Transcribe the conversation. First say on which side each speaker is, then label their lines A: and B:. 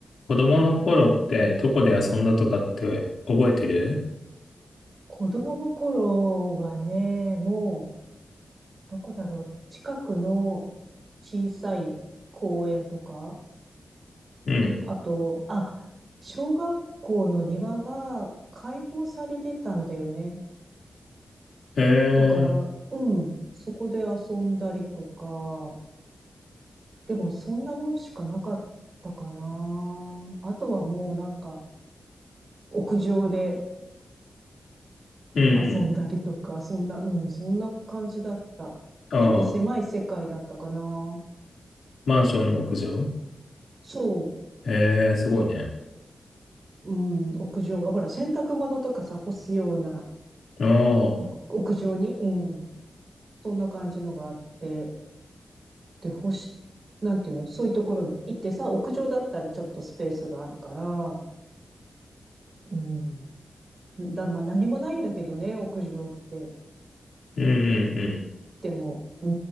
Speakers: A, on the left; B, on the right.
A: 子供の頃ってどこで遊んだとかって覚えてる
B: 子供の頃はね、もう、どこだろう、近くの小さい公園とか、
A: うん。
B: あと、あ、小学校の庭が開放されてたんだよね。
A: え
B: だから、
A: ー。
B: うん、そこで遊んだりとか、でもそんなもんしかなかったかな。あとはもうなんか、屋上で
A: うん
B: 遊んだりとか、そんな、うん、そんな感じだった。
A: うん。
B: 結構狭い世界だったかな。
A: ああ、マンションの屋上
B: そ
A: えー、すごいね。
B: う、うん、屋上が、ほら、洗濯物とかさ、干すような
A: ああ、
B: お屋上に、うん、そんな感じのがあって、で、干し、なんていうの、そういうところに行ってさ、屋上だったらちょっとスペースがあるから、うん、だ、まあ何もないんだけどね、屋上って。
A: うんうん
B: でも、う